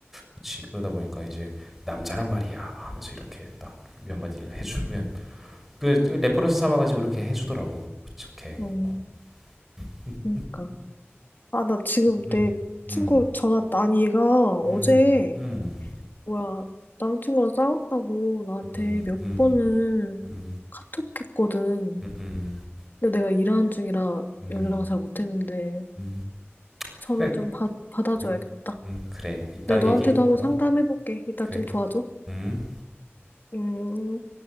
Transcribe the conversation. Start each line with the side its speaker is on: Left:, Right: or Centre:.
Centre: 그치. 그러다 보니까 이제 남자란 말이야 하면서 이렇게 딱 몇 마디를 해주면 그 그 레퍼런스 삼아가지고 이렇게 해주더라고. 어떻게?
Left: 음,
Centre: 어. <laughs>
Left: 그러니까. 아, 나 지금
Centre: 음,
Left: 내
Centre: 음,
Left: 친구 전화, 아니 얘가 어제
Centre: 음, 음,
Left: 뭐야 남친구랑 싸웠다고 나한테
Centre: 음,
Left: 몇
Centre: 음,
Left: 번을
Centre: 음,
Left: 카톡했거든.
Centre: 음, 음,
Left: 근데 내가 일하는 중이라
Centre: 음,
Left: 연락을 잘 못했는데
Centre: 음.
Left: 전화
Centre: 그래,
Left: 좀 받, 받아줘야겠다.
Centre: 그래, 음, 그래. 이따
Left: 내가
Centre: 얘기해.
Left: 너한테도 한번
Centre: 어,
Left: 상담해볼게. 이따
Centre: 그래.
Left: 좀 도와줘.
Centre: 음.
Left: 음.